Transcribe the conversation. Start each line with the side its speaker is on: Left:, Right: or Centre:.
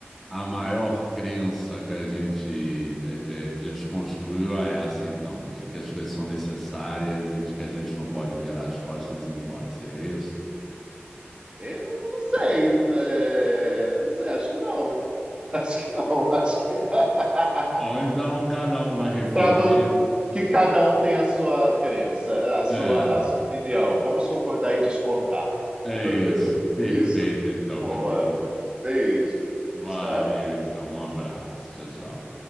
Centre: a maior crença que a gente é, é, desconstruiu é essa, então, de que as coisas são necessárias e de que a gente não pode virar as costas e ir embora. Seria isso?
Right: Eu não sei, eh, não sei, acho que não. Acho que não, <laughs> acho que. <laughs>
Centre: Bom, então cada um vai refletir.
Right: Pra vo- que cada um tem a sua crença, a sua,
Centre: É,
Right: a sua opinião. Vamos concordar em discordar.
Centre: é
Right: <laughs>
Centre: isso. Perfeito,
Right: Isso.
Centre: então,
Right: Boa.
Centre: meu querido.
Right: Beijo.
Centre: Valeu,
Right: Tchau.
Centre: então. Um abraço. Tchau, tchau.